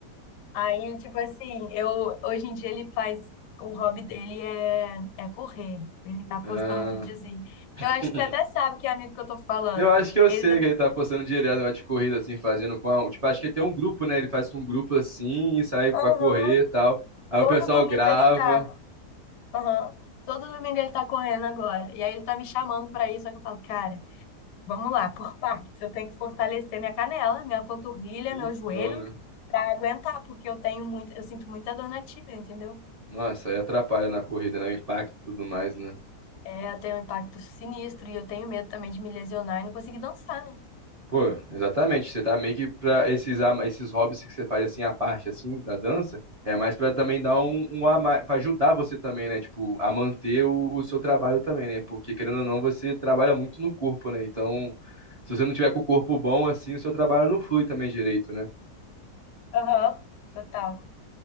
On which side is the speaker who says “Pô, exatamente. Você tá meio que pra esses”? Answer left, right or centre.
Right